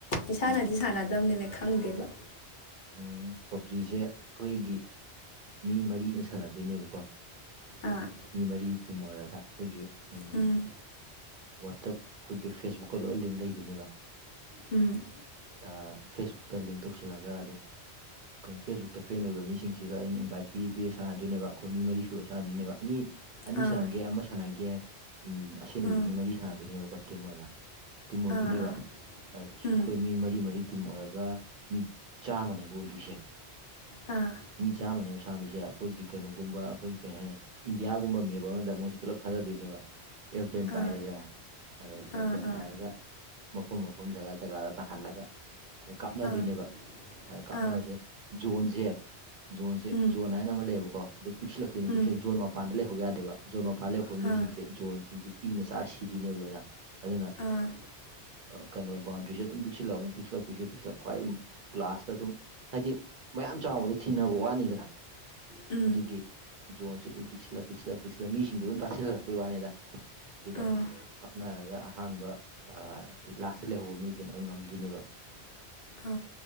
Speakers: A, on the left; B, on the right.
A: ꯏꯁꯥꯅꯗꯤ
B: ꯎꯝ
A: ꯁꯥꯟꯅꯗꯕꯅꯤꯅ ꯈꯪꯗꯦꯕ
B: ꯎꯝ ꯄꯞꯖꯤꯁꯦ ꯑꯈꯣꯏꯒꯤ ꯃꯤ ꯃꯔꯤꯅ ꯁꯥꯟꯅꯗꯣꯏꯅꯦꯕꯀꯣ
A: ꯑꯥ
B: ꯃꯤ ꯃꯔꯤ ꯇꯤꯝ ꯑꯣꯏꯔꯒ ꯑꯈꯣꯏꯒꯤ ꯎꯝ
A: ꯎꯝ
B: ꯋꯥꯠꯆꯞ ꯑꯈꯣꯏꯒꯤ ꯐꯦꯁꯕꯨꯛꯀ ꯂꯣꯏ ꯂꯤꯡ ꯂꯩꯗꯣꯏꯅꯦꯕ
A: ꯎꯝ
B: ꯑ ꯐꯦꯁꯕꯨꯛꯇ ꯂꯤꯡ ꯇꯧꯁꯤꯜꯂꯒ ꯀ ꯐꯦꯁꯕꯨꯛꯇ ꯐ꯭ꯔꯦꯟ ꯑꯣꯏꯕ ꯃꯤꯁꯤꯡꯁꯤꯒ ꯑꯩꯅ ꯏꯟꯚꯥ꯭ꯏꯠ ꯄꯤ ꯄꯤꯔꯒ ꯁꯥꯟꯅꯗꯣꯏꯅꯦꯕ ꯑꯈꯣꯏ ꯃꯤ ꯃꯔꯤ ꯁꯨꯔ ꯁꯥꯟꯅꯗꯣꯏꯅꯦꯕ ꯑꯅꯤ ꯑꯅꯤ
A: ꯑꯥ
B: ꯁꯥꯟꯅꯒꯦ ꯌꯥꯏ ꯑꯃ ꯁꯥꯟꯅꯒꯦ ꯌꯥꯏ ꯎꯝ ꯑꯁꯦꯡꯕꯗꯤ
A: ꯎꯝ
B: ꯃꯤ ꯃꯔꯤ ꯁꯥꯟꯅꯗꯣꯏꯅꯦꯕꯀꯣ ꯇꯤꯝ ꯑꯣꯏꯅ ꯇꯤꯝ ꯑꯣꯏꯗꯣꯏꯅꯦꯕ
A: ꯑꯥ ꯑꯥ
B: ꯑ ꯁꯤ
A: ꯎꯝ
B: ꯑꯈꯣꯏ ꯃꯤ ꯃꯔꯤ ꯃꯔꯤ ꯇꯤꯝ ꯑꯣꯏꯔꯒ ꯃꯤ ꯆꯥꯝꯃꯅꯦꯕ ꯑꯣꯏꯗꯣꯏꯁꯦ
A: ꯑꯥ
B: ꯃꯤ ꯆꯥꯝꯃꯅꯦꯕ ꯁꯥꯅꯗꯨꯁꯦ ꯑꯈꯣꯏꯒꯤ ꯀꯩꯅꯣꯒꯨꯝꯕ ꯑꯈꯣꯏꯒꯤ ꯀꯩ ꯍꯥꯏꯅꯤ ꯏꯟꯗꯤꯌꯥꯒꯨꯝꯕ ꯃꯦꯞ ꯑꯃꯗ ꯃꯣꯏꯁꯦ ꯄꯨꯜꯂꯞ ꯊꯥꯗꯗꯣꯏꯅꯦꯕ ꯑꯦꯔꯣꯄ꯭ꯂꯦꯟ
A: ꯑꯥ
B: ꯄꯥꯏꯔꯦꯗ ꯑꯗꯨꯒ ꯑꯦꯔꯣꯄ꯭ꯂꯦꯟ
A: ꯑꯥ ꯑꯥ
B: ꯄꯥꯏꯔꯒ ꯃꯐꯝ ꯃꯐꯝ ꯖꯒꯥ ꯖꯒꯥꯗ ꯇꯥꯍꯜꯂꯒ ꯈꯣꯏ ꯀꯥꯞꯅꯗꯣꯏꯅꯦꯕ
A: ꯑꯥ
B: ꯑ ꯀꯥꯞꯅꯕꯁꯦ
A: ꯑꯥ
B: ꯖꯣꯟꯁꯦ ꯖꯣꯟꯁꯦ
A: ꯎꯝ
B: ꯖꯣꯟ ꯍꯥꯏꯅ ꯑꯃ ꯂꯩꯌꯦꯕꯀꯣ ꯑꯗꯨ ꯄꯤꯛꯁꯤꯜꯂꯛꯇꯣꯏ
A: ꯎꯝ
B: ꯄꯤꯛꯁꯟ ꯖꯣꯟ ꯃꯄꯥꯟꯗ ꯂꯩꯍꯧ ꯌꯥꯗꯦꯕ ꯖꯣꯟ ꯃꯄꯥꯟ ꯂꯩꯍꯧꯕ
A: ꯑꯥ
B: ꯃꯤꯁꯤꯡꯁꯦ ꯖꯣꯟ ꯁꯤꯡꯁꯤ ꯏꯅ ꯆꯥꯔ ꯁꯤꯗꯣꯏꯅꯦꯕ ꯂꯣꯏꯅ ꯑꯗꯨꯅ
A: ꯑꯥ
B: ꯀꯩꯅꯣ ꯕꯥꯎꯟꯗꯔꯤꯁꯦ ꯑꯗꯨꯝ ꯄꯤꯛꯁꯤꯜꯂꯃꯨꯛ ꯄꯤꯛꯁꯤꯜꯂꯛ ꯄꯤꯁꯤꯂꯛ ꯄꯤꯛꯁꯤꯜꯂꯛ ꯈ꯭ꯋꯥꯏ ꯒ꯭ꯂꯥꯁꯇ ꯑꯗꯨꯝ ꯍꯥꯏꯗꯤ ꯃꯌꯥꯝ ꯆꯥꯎꯕꯗꯣ ꯊꯤꯅꯕ ꯋꯥꯅꯤꯗꯅ
A: ꯎꯝ
B: ꯑꯗꯨꯒꯤ ꯖꯣꯟꯁ ꯑꯗꯨꯝ ꯄꯤꯛꯁꯤꯜꯂꯛ ꯄꯤꯛꯁꯤꯜꯂꯛ ꯄꯤꯛꯁꯤꯜꯂꯛ ꯃꯤꯡꯁꯤꯡꯗꯣ ꯑꯗꯨꯝ ꯇꯥꯁꯤꯜꯂꯛꯄꯩ ꯋꯥꯅꯤꯗ ꯑꯗꯨꯒ
A: ꯑꯥ
B: ꯑꯗꯨꯝ ꯀꯞꯅꯔꯒ ꯑꯍꯥꯟꯕ ꯍꯥꯏꯗꯤ ꯂꯥꯁꯇ ꯂꯩꯍꯧꯕ ꯃꯤꯗꯨꯅ ꯑꯗꯨ ꯉꯝꯗꯣꯏꯅꯦꯕ
A: ꯑ